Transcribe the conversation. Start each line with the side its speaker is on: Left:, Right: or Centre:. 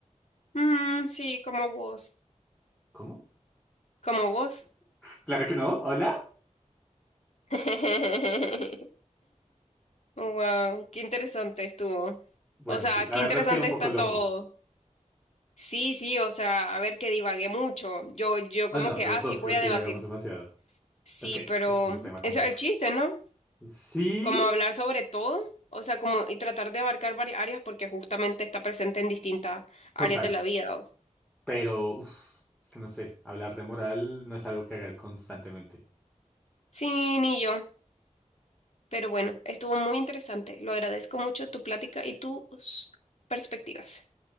Left: Mm, sí, como vos,
Centre: ¿Cómo?
Left: como vos.
Centre: Claro que no. ¿Hola?
Left: <laughs> Wow, qué interesante estuvo.
Centre: Bueno,
Left: O sea,
Centre: sí, la
Left: qué
Centre: verdad
Left: interesante
Centre: que un poco
Left: está
Centre: loco.
Left: todo. Sí, sí, o sea, a ver que divagué mucho. Yo, yo
Centre: No,
Left: como
Centre: no,
Left: que,
Centre: los
Left: ah,
Centre: dos
Left: sí, voy
Centre: creo que
Left: a debatir.
Centre: divagamos demasiado.
Left: Sí,
Centre: Es que
Left: pero
Centre: es un tema complejo.
Left: eso es el chiste, ¿no?
Centre: Sí,
Left: Como hablar sobre todo, o sea, como y tratar de abarcar varias áreas porque justamente está presente en distintas
Centre: total.
Left: áreas de la vida. o sea.
Centre: Pero, uf, es que no sé, hablar de moral no es algo que haga constantemente.
Left: Sí, ni yo. Pero bueno, estuvo muy interesante. Lo agradezco mucho tu plática y tus perspectivas.